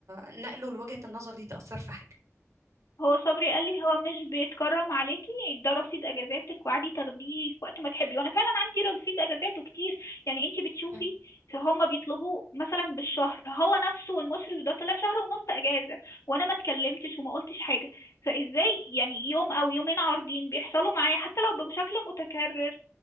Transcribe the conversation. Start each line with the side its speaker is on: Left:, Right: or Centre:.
Right: نقله لوجهة النظر دي تأثر في حاجة
Left: هو صبري قال لي هو مش بيتكرم عليكي ده رصيد اجازاتك وعادي تاخديه في وقت ما تحبي وانا فعلا عندي رصيد اجازات وكتير يعني انتي بتشوفي
Right: مم.
Left: فهم بيطلبوا مثلا بالشهر هو نفسه المشرف ده طلع شهر ونص اجازه وانا ما اتكلمتش وما قلتش حاجه فازاي يعني يوم او يومين عارضين بيحصلوا معايا حتى لو بشكل متكرر